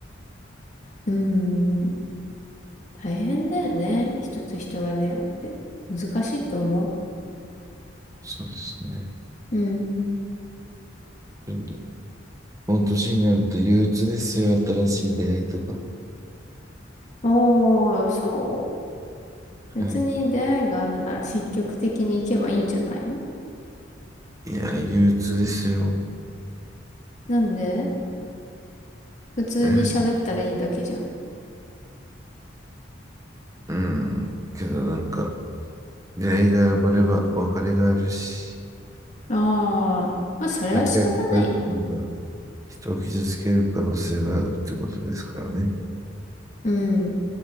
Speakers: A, on the left (about 40°); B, on the right (about 20°).
A: うん。大変だよね。人と人が出会って。難しいと思
B: そうですね。
A: う。うん。
B: うんこの年になると憂鬱ですよ、新しい出会いとか。
A: ああ、そう別に出会いがあるなら積極的に行けばいいんじゃないの
B: はい。いや、憂鬱ですよ。
A: なんで普通に喋ったらいいだけじゃん。
B: えー、うん。けどなんか、出会いが破れば別れがあるし、
A: ああ、まあそれは仕方ないよ。
B: 仲良くなるってことは、人を傷つける可能性があるってことですからね。
A: うん。